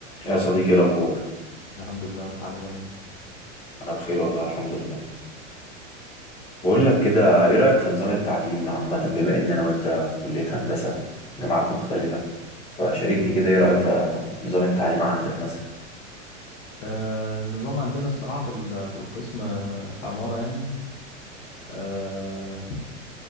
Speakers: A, on the left; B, on the left.
A: يا صديقي إيه الأخبار
B: الحمد لله انت عامل ايه
A: أنا بخير والله الحمد لله بقول لك كده إيه رأيك في نظام التعليم عامة بما إن أنا وأنت في كلية هندسة جامعات مختلفة فشاركني كده إيه رأيك في نظام التعليم عندك مثلا
B: آه النظام عندنا الصراحة في ال- في القسم آه، في عمارة يعني آه